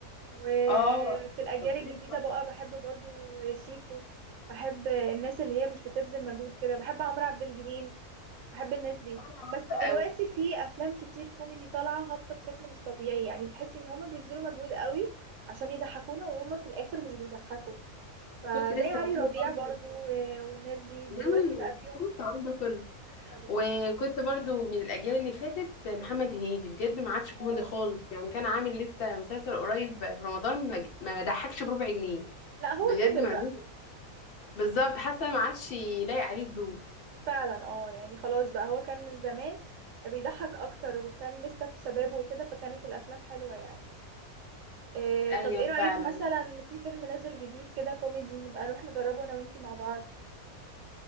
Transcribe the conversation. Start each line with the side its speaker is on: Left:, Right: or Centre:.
Right: وفي
Left: اه
Right: الاجيال
Left: خطير
Right: الجديده بقى بحب برضو شيكو بحب الناس اللي هي مش بتبذل مجهود كده بحب عمرو عبد الجليل بحب الناس دي
Left: وانا
Right: بس
Left: برضه
Right: دلوقتي
Left: قوي
Right: في افلام كتير كوميدي طالعه هابطه بشكل مش طبيعي يعني بتحسي ان هما بيبذلوا مجهود قوي عشان يضحكونا وهما في الاخر مش بيضحكوا فزي
Left: وكنت لسه
Right: علي
Left: هقول
Right: ربيع
Left: لك برضه
Right: برضو والناس دي دلوقتي
Left: امم
Right: بقى فيهم
Left: كنت لسه هقول ده كله
Right: حلوه
Left: وكنت برضه من الاجيال اللي فاتت محمد هنيدي بجد ما عادش كوميدي
Right: اه
Left: خالص يعني كان عامل لسه مسلسل قريب في رمضان ما ما ضحكش بربع جنيه
Right: لا هو
Left: بجد
Right: كبر
Left: ملوش
Right: بقى
Left: بالظبط حاسه ما عادش لايق عليه الضوء
Right: فعلا اه يعني خلاص بقى هو كان من زمان بيضحك اكتر وكان لسه في شبابه وكده فكانت الافلام حلوة يعني إيه
Left: ايوه
Right: طب ايه رأيك
Left: فعلا
Right: مثلا في فيلم نازل جديد كده كوميدي نبقى نروح نجربه انا وانتي مع بعض